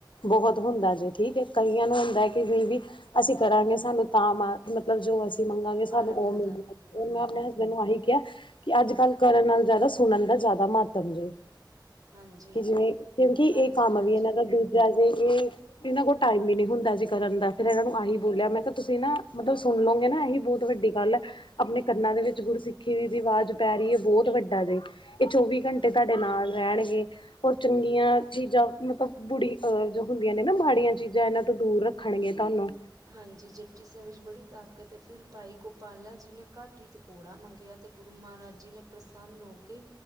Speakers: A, on the left; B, on the right.
A: ਬਹੁਤ ਹੁੰਦਾ ਜੇ ਠੀਕ ਏ ਕਈਆਂ ਨੂੰ ਬੈਂਹਕੇ ਕਈ ਵੀ ਅਸੀਂ ਕਰਾਂਗੇ ਸਾਨੂੰ ਤਾਂ ਮ ਮਤਲਬ ਜੋ ਅਸੀਂ ਮੰਗਾਂਗੇ
B: ਫਲ
A: ਸਾਨੂੰ
B: ਮਿਲਦਾ
A: ਉਹ ਮਿਲਣਾ
B: ਹੂੰ
A: ਏ ਓ ਮੈਂ ਆਪਣੇ
B: ਹੂੰ
A: ਹਸਬੈਂਡ ਨੂੰ ਆਹੀ ਕਿਹਾ ਕਿ ਅੱਜ ਕੱਲ੍ਹ ਕਰਨ ਨਾਲ ਜ਼ਿਆਦਾ ਸੁਣਨ ਦਾ ਜ਼ਿਆਦਾ ਮਹੱਤਮ ਜੇ।
B: ਹਾਂਜੀ
A: ਕਿ ਜਿਵੇਂ ਕਿਉਂਕਿ ਇਹ
B: ਹਾਂਜੀ
A: ਕੰਮ
B: ਹਾਂਜੀ
A: ਵੀ ਇਹਨਾਂ ਦਾ ਦੂਜਾ ਜੇ ਇਹ ਇਹਨਾਂ ਕੋਲ ਟਾਈਮ ਵੀ ਨੀ ਹੁੰ ਦਾ ਜੀ ਕਰਨ ਦਾ ਫਿਰ ਇਹਨਾਂ ਨੂੰ ਆਹੀ ਬੋਲਿਆ ਮੈਂ ਕਿ ਤੁਸੀਂ ਨਾ ਮਤਲਬ ਸੁਣ ਲਓਗੇ ਨਾ ਇਹੀ ਬਹੁਤ ਵੱਡੀ ਗੱਲ ਐ ਆਪਣੇ ਕੰਨਾਂ ਦੇ ਵਿੱਚ ਗੁਰਸਿੱਖੀ ਦੀ ਦੀ ਆਵਾਜ਼ ਪੈ ਰੀ ਐ ਬਹੁਤ ਵੱਡਾ ਜੇ ਇਹ ਚੌਵੀ ਘੰਟੇ
B: ਹਾਂ
A: ਤਾਂਡੇ ਨਾਲ ਰਹਿਣਗੇ ਔਰ ਚੰਗੀਆਂ ਚੀਜ਼ਾਂ ਮਤਲਬ ਬੁੜੀ ਅਹ ਜੋ ਹੁੰਦੀਆਂ ਨੇ ਨਾ ਮਾੜੀਆਂ ਚੀਜ਼ਾਂ ਇਹਨਾਂ ਤੋਂ ਦੂਰ ਰੱਖਣਗੇ ਤੁਹਾਨੂੰ।
B: ਹਾਂਜੀ ਜਪੁਜੀ ਸਾਹਿਬ ਵਿੱਚ ਬੜੀ ਤਾਕਤ ਐ ਫਿਰ ਬਾਈ ਗੋਪਾਲਾ ਜੀ ਨੇ ਘੱਟ ਹੀ ਤਕੌੜਾ ਮੰਗਿਆ ਤੇ ਗੁਰੂ ਮਹਾਰਾਜ ਜੀ ਨੇ ਪ੍ਰਸੰਨ ਹੋ ਕੇ